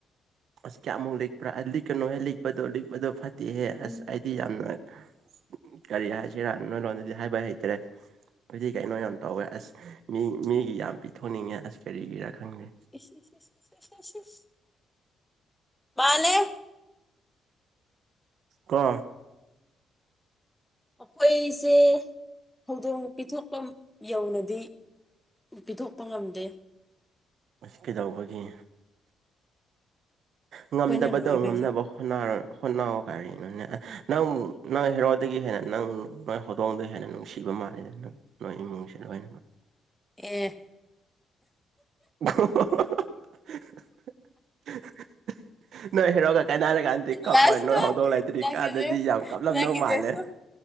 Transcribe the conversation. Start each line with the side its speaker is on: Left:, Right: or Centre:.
Right: ꯑꯁ ꯀꯌꯥꯃꯨꯛ ꯂꯤꯛꯄ꯭ꯔꯥ ꯂꯤꯛꯀꯅꯣꯍꯦ ꯂꯤꯛꯄꯗꯣ ꯂꯤꯛꯄꯗꯣ ꯐꯠꯇꯦꯍꯦ ꯑꯁ
Centre: ꯎꯝ ꯂꯤꯛ
Right: ꯑꯩꯗꯤ ꯌꯥꯝ ꯅꯨꯡꯉꯥꯏ ꯀꯔꯤ ꯍꯥꯏꯁꯤꯔꯥ ꯅꯣꯏ ꯂꯣꯟꯗꯗꯤ ꯍꯥꯏꯕ ꯍꯩꯇ꯭ꯔꯦ ꯍꯥꯏꯗꯤ ꯀꯩꯅꯣ ꯌꯥꯝ ꯇꯧꯋꯦ ꯑꯁ ꯃꯤ ꯃꯤꯒꯤ ꯌꯥꯝ ꯄꯤꯊꯣꯛꯅꯤꯡꯉꯦ ꯑꯁ ꯀꯔꯤꯒꯤꯔꯥ ꯈꯪꯗꯦ
Centre: ꯏꯁ ꯏꯁ ꯏꯁ ꯏꯁ ꯏꯁ ꯏꯁ ꯃꯥꯂꯦ
Right: ꯀ
Centre: ꯑꯩꯈꯣꯏꯁꯦ ꯍꯧꯗꯣꯡ ꯄꯤꯊꯣꯛꯐꯝ ꯌꯧꯅꯗꯤ ꯄꯤꯊꯣꯛꯄ ꯉꯝꯗꯦ
Right: ꯀꯩꯗꯧꯕꯒꯤ
Centre: ꯑꯩꯈꯣꯏꯅ
Right: ꯉꯝꯗꯕꯗꯣ
Centre: ꯂꯣꯏꯕꯒꯤ
Right: ꯉꯝꯅꯕꯣ ꯍꯣꯠ ꯀꯔꯤꯅꯣꯅꯦ ꯅꯪ ꯅꯪ ꯍꯦꯔꯣꯗꯒꯤ ꯍꯦꯟꯅ ꯅꯪ ꯅꯣꯏ ꯍꯧꯗꯣꯡꯗ ꯍꯦꯟꯅ ꯅꯨꯡꯁꯤꯕ ꯃꯥꯜꯂꯦꯗ ꯅꯪ ꯅꯣꯏ ꯏꯃꯨꯡꯁꯦ ꯂꯣꯏꯅꯃꯛ
Centre: ꯑꯦ
Right: <inaudible> ꯅꯣꯏ ꯍꯦꯔꯣꯛꯒ ꯀꯥꯏꯅꯔ ꯀꯥꯟꯗꯗꯤ ꯀꯞꯄꯣꯏ
Centre: ꯂꯥꯁꯇ
Right: ꯅꯣꯏ ꯍꯧꯗꯣꯛ ꯂꯩꯇ꯭ꯔꯤ
Centre: ꯅꯪꯒꯤꯁꯦ
Right: ꯀꯥꯟꯗꯗꯤ ꯌꯥꯝ ꯀꯞꯂꯝꯗꯧ
Centre: ꯅꯪꯒꯤꯁꯦꯁꯨ
Right: ꯃꯥꯜꯂꯦ